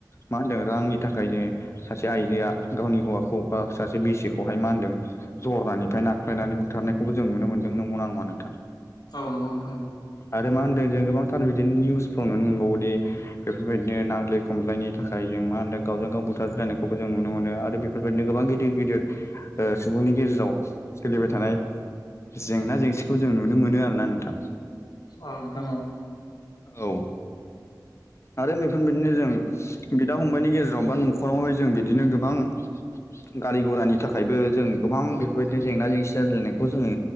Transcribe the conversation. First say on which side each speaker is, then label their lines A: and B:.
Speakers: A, on the left (about 40°); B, on the left (about 65°).
A: मा होनदों रांनि थाखाय जे सासे आइजोआ गावनि हौवाखौ बा सासे बिसिखौहाय मा होनदों जरदानिफ्राय नाख्लायनानै बुथारनायखौबो जों नुनो मोनदों नंगौना नङानो औ
B: औ नंगौ नोंथां नंगौ
A: आरो मा होनदों जों गोबांथार बिदिनो निउसफ्राव नुनो मोनबावोदि बेफोरबायदिनो नांज्लाय खमलायनि थाखाय जों मा होनदों गावजों गाव बुथार ज्लायनायखौबो जों नुनो मोनो आरो बे बेबायदिनो गोबां गिदिर गिदिर सुबुंनि गेजेराव सोलिबाय थानाय जेंना जेंसि खौ जों नुनो मोनो आरो ना नोंथां
B: ओं नोथां औ
A: औ आरो बेफोरबायाददिनो जों बिदा फंबायनि गेजेराव बा न'खरावह जों बिदिनो गोबां गारि घरानि थाखायबो जों गोबां बेफोरबायदि जेंना जेंसि जाज्लायनायखौ जोङो